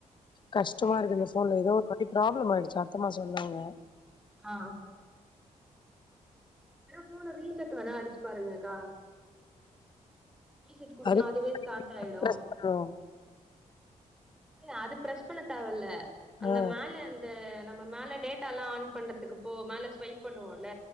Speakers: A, on the left; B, in the centre.
A: கஷ்டமா
B: லேட்டா
A: இருக்கு இந்த
B: ஆகுது
A: ஃபோன்ல எதோ பத்தி ப்ராப்ளம் ஆயிடுச்சு அத்தம்மா சொன்னாங்க
B: ஆ வேணா ஃபோன ரீசெட் வேணா அடிச்சு பாருங்கக்கா ரீசெட் குடுத்தா
A: அது
B: அதுவே ஸ்டார்ட் ஆயிடு
A: பிரஸ் பண்ணோ
B: இல்ல அது பெர்ஸ் பண்ண தேவயில்ல அங்க
A: ஆ
B: மேல அந் இந்த நம்ம மேல டேட்டா எல்லா ஆன் பண்றதுக்கு போ மேல ஸ்வைப் பண்ணுவோமல்ல